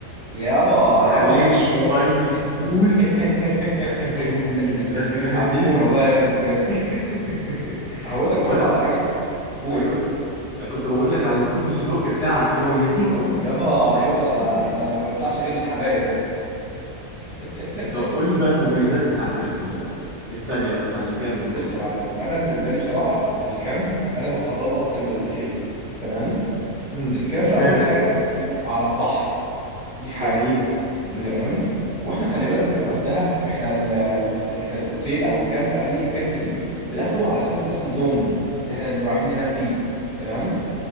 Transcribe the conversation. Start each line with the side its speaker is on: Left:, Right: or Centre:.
Right: يابا
Left: عليك
Right: يابا أنا عشان
Left: شويه
Right: كده
Left: فول
Right: <laughs>
Left: يا دين امي بجد جامد
Right: حبيبي
Left: موت
Right: والله يا ابني بجد
Left: <laughs>
Right: هقول
Left: و-
Right: لك برضو
Left: ولا
Right: على حاجة قول
Left: ايوه كنت بقول لك على الفول بالصدق بتاعك يا يا دين امي
Right: يابا
Left: يا
Right: يابا
Left: دين
Right: ده
Left: امي
Right: ده ما بيطلعش غير للحبايب ده <laughs>
Left: طب قول لي بقى المميزات بتاعت ال... التانية بقى بتاعت الكامب وكده
Right: بص يا معلم انا بالنسبه لي بصراحه الكامب انا بفضله اكتر من الاوتيل تمام
Left: امم
Right: ان الكامب
Left: اشمعنى
Right: اول حاجه
Left: بقى
Right: بيبقى على البحر دي حاجه
Left: جميل جميل
Right: تمام واحنا خلي بالك بنبقى في دهب احنا ال- الأوت... احنا الاوتيل او الكامب ايا كان ايه بناخده على اساس بس النوم اللي احنا بنبقى رايحين ننام فيه تمام